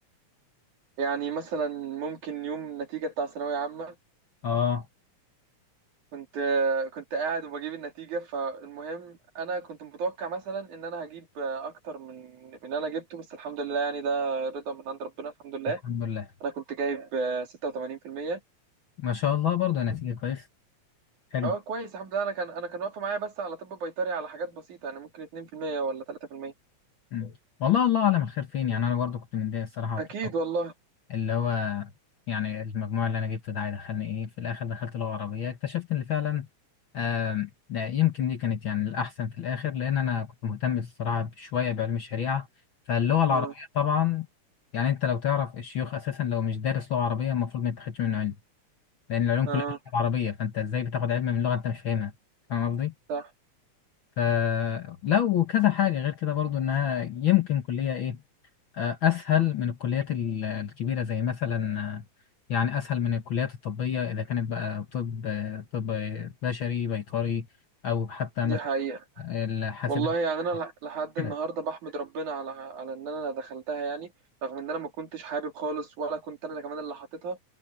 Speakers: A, on the right (about 75°); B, on the left (about 50°).
A: يعني مثلا ممكن يوم النتيجه بتاع ثانويه عامه
B: اه
A: كنت كنت قاعد وبجيب النتيجة فالمهم أنا كنت متوقع مثلا إن أنا هجيب أكتر من من اللي أنا جبته بس الحمد لله يعني ده رضا من عند ربنا الحمد لله
B: الحمد لله
A: أنا كنت جايب 86%
B: ما شاء الله برضه نتيجة كويس حلو
A: أه كويس الحمد لله أنا كان أنا كان واقفة معايا بس على طب بيطري على حاجات بسيطة يعني ممكن 2% ولا 3%
B: مم. والله الله اعلم الخير فين يعني انا برضه كنت متضايق الصراحة
A: أكيد
B: في الأول
A: والله
B: اللي هو يعني المجموع اللي انا جبته ده هيدخلني ايه في الاخر دخلت لغة عربية اكتشفت ان فعلا آم، يمكن دي كانت يعني الأحسن في الآخر لأن أنا كنت مهتم الصراحة شوية بعلم الشريعة فاللغة العربية
A: أه
B: طبعا يعني أنت لو تعرف الشيوخ أساسا لو مش دارس لغة عربية المفروض ما تاخدش منه علم لأن العلوم كلها
A: أه
B: في اللغة العربية فأنت إزاي بتاخد علم من لغة أنت مش فاهمها فاهم قصدي؟
A: صح
B: فلو كذا حاجة غير كده برضو إنها يمكن كلية إيه آه، أسهل من الكليات ال- الكبيرة زي مثلا آه، يعني أسهل من الكليات الطبية إذا كانت بقى طب آه، طب بشري بيطري أو حتى
A: دي
B: مثلا
A: حقيقة
B: الحاسبات
A: والله يعني أنا لح- لحد
B: كده
A: النهاردة بحمد ربنا على على إن أنا دخلتها يعني رغم إن أنا ما كنتش حابب خالص ولا كنت أنا كمان اللي حاططها